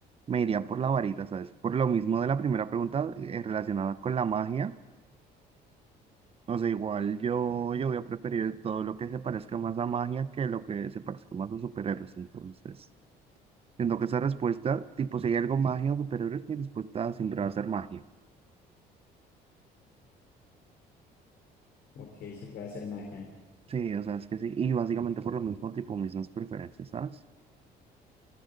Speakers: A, on the right; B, on the left.
A: me iría por la varita, ¿sabes? Por lo mismo de la primera pregunta eh, relacionada con la magia. O sea, igual yo, yo voy a preferir todo lo que se parezca más a magia que lo que se parezca más a superhéroes. Entonces, siento que esa respuesta, tipo, si hay algo magia o superhéroes, mi respuesta siempre va a ser magia.
B: Ok, siempre va a ser magia.
A: Sí, o sea, es que sí. Y básicamente por lo mismo, tipo, mismas preferencias, ¿sabes?